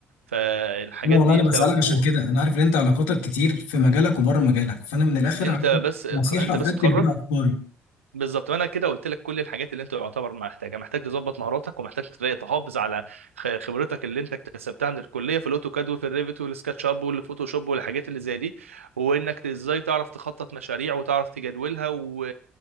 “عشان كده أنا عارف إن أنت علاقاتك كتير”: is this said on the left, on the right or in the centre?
Left